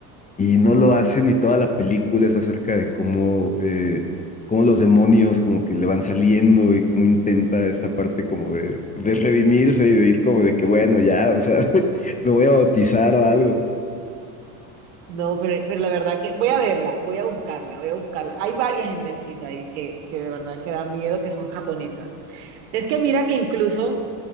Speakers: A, on the left; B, on the right.
A: y no lo hacen y toda la película es acerca de cómo, eh, cómo los demonios como que le van saliendo y cómo intenta esta parte como de, de redimirse y de ir como de que bueno, ya, o sea, <laughs> me voy a bautizar o algo.
B: No, pero, pero la verdad que voy a verla, voy a buscarla, voy a buscarla. Hay varias en Netflix ahí que, que de verdad que dan miedo, que son japonesas. Es que mira que incluso